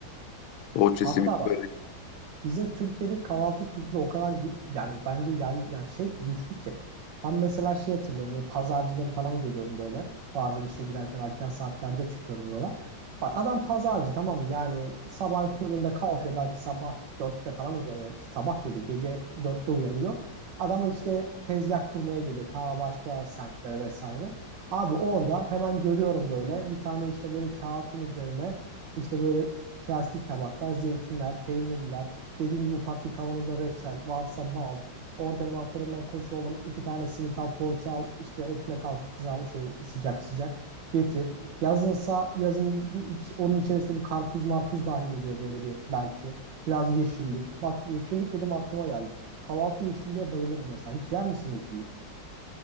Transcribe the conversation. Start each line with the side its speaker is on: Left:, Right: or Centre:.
Left: poğaça
Right: Hatta
Left: simit
Right: bak
Left: böyle
Right: Bizim Türkiye'de kahvaltı kültürü o kadar gi- yani bence yay, yani şey ki güçlü ki. Ben mesela şey hatırlıyorum böyle pazarcıları falan görüyorum böyle. Bazen işe giderken erken saatlerde çıkıyorum yola. Bak adam pazarcı tamam mı? Yani sabahın köründe kalkıyor belki sabah dörtte falan uyanıyor. Yani sabah dedi gece dörtte uyanıyor. Adamın işte tezgah kurmaya geliyor ta başka semtlere vesaire. Abi orada hemen görüyorum böyle bir tane işte böyle kağıtın üzerine işte böyle plastik tabaklar, zeytinler, peynirler, Dediğin gibi ufak bir kavanoza reçel, varsa bal. Orada hemen fırından koş oğlum iki tane simit al, poğaça al, işte ekmek al kızar şey sıcak sıcak getir. Yazınsa yazın bir, onun içerisinde bir karpuz marpuz dahil oluyor böyle bir belki. Biraz yeşillik. Bak yeşillik dedim aklıma geldi. Kahvaltı yeşilliğe bayılırım mesela. Hiç yer misin yeşillik?